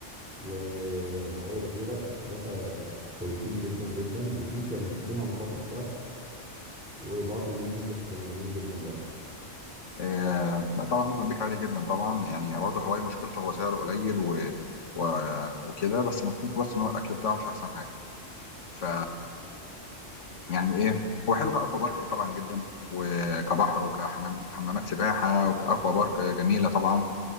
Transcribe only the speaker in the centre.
وهواي ريفيرا الثلاثة كويسين جدا جدا بيديك يعني قيمة مقابل سعر وبرضه الموفي باك كان جميل جدا برضه